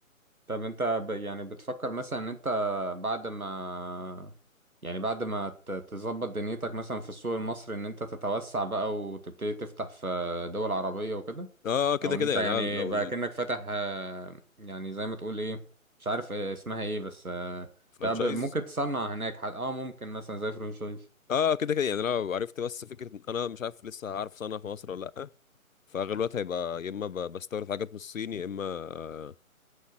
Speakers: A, on the right (about 80°); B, on the left (about 65°).
A: طب انت ب يعني بتفكر مثلا ان انت بعد ما يعني بعد ما ت- تظبط دنيتك مثلا في السوق المصري ان انت تتوسع بقى وتبتدي تفتح في دول عربية وكده
B: اه آه، كده
A: او ان
B: كده
A: انت
B: يعني
A: يعني
B: انا لو
A: بقى كأنك فاتح آه، يعني زي ما تقول ايه مش عارف إيه اسمها ايه بس آه،
B: الفرانشايز
A: طب ممكن تصنع هناك حد اه ممكن مثلا زي فرنشايز
B: اه آه، كده كده يعني انا لو عرفت بس فكره إن انا مش عارف لسه هعرف صنع في مصر ولا لا فاغلب الوقت هيبقى يا اما ب- بستورد حاجات من الصين يا اما